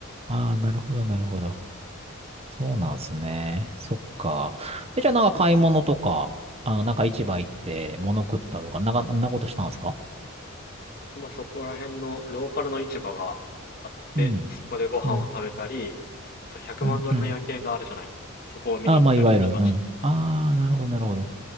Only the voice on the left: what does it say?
まあ、そこら辺のローカルの市場があって、
そこでご飯を食べたり、
あと100万ドルの夜景があるじゃないですか。
そこを見に行ったりしまし